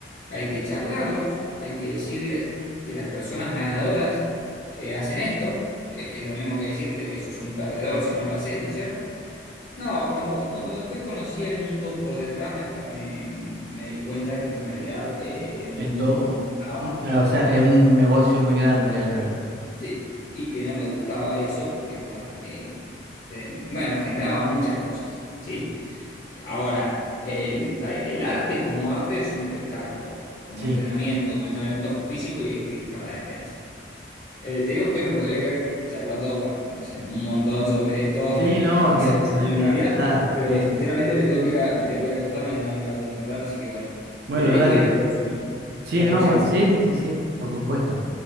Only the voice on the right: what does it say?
Esto,
o sea, es un negocio muy grande detrás.
Sí,
sí,
no,
que, eh,
da-
da-
da,
eh,
bueno,
dale.
Sí,
no,
bueno, sí, sí, sí, por supuesto.